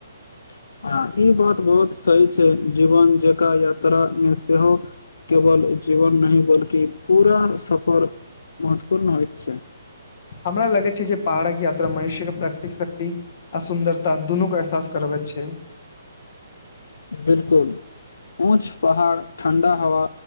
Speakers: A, on the left; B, on the left.
A: आ ई बात बहुत सही छै जीवन जकां यात्रामे सेहो केवल जीवन नहि बल्कि पुरा सफर महत्वपूर्ण होइत छै।
B: हमरा लगै छै जे पहाड़क यात्रा मनुष्यके प्राकृतिक शक्ति आ सुन्दरता दुनु के एहसास करबैत छै।
A: बिलकुल, ऊँच पहाड़, ठण्डा हवा